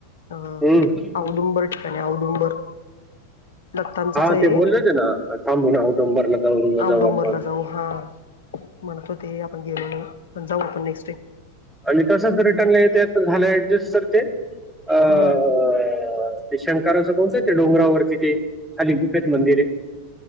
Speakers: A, on the left (about 65°); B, in the centre.
A: अ
B: हम्म.
A: आव. दुंबर ठिकाणी अऔधुबर दत्तांचंच
B: हा
A: आहे.
B: ते बोलले ना सां उटंबरला जाऊन मजा
A: औदुंबरला
B: वापर.
A: जाऊ हा म्हणतो ते आपण गेलो नाही पण जाऊ आपण नेक्स्ट डे.
B: आणि कसंच रिटर्नला येत झालं ऍडजस्ट तर ते अं,
A: होम्.
B: ते शंकारा असं कोणतं ते डोंगरावरती ते अलीिगुफेत मंदिर आहे.